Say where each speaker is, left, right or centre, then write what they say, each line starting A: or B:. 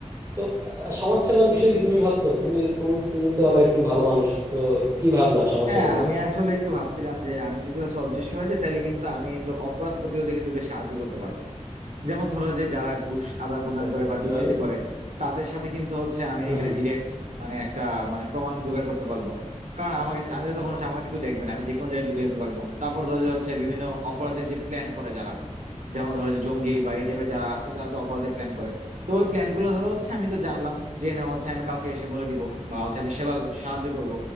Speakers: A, on the right (about 25°); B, on the right (about 80°).
A: তো আহ, সমাজসেবার বিষয়ে কি তুমি ভাবছো তুমি তুমি তুমি তো আবার একটু ভালো মানুষ তো কি ভাবলা সমাজসেবা
B: হ্যাঁ
A: নিয়ে
B: আমি আসলে একটু ভাবছিলাম যে আমি যদি হচ্ছে অদৃশ্য হয়ে যাই তাহলে কিন্তু আমি কিন্তু অপরাধ প্রতিরোধে কিন্তু বেশ সাহায্য করতে পারবো যেমন ধরো যে যারা ঘুষ আদান প্রদান
A: আচ্ছা আচ্ছা
B: করে বা
A: কিভাবে
B: দুর্নীতি করে তাদের সাথে কিন্তু হচ্ছে আমি
A: হম
B: এখানে
A: হম
B: ডিরেক্ট মানে একটা মানে প্রমাণ জোগাড় করতে পারবো কারণ আমাকে আমি তো তখন হচ্ছে আমাকে তো কেউ দেখবে না আমি যে কোনো জায়গায় ঢুকে যেতে পারবো তারপর ধরো যে হচ্ছে বিভিন্ন অপরাধের যে প্ল্যান করে যারা যেমন ধরো যে জঙ্গি বা এই টাইপের যারা আছে যারা তো অপরাধের প্ল্যান করে তো ওই প্ল্যান গুলো ধরো হচ্ছে আমি তো জানলাম জেনে হচ্ছে আমি কাউকে এসে বলে দিব বা হচ্ছে আমি সেবা সাহায্য করব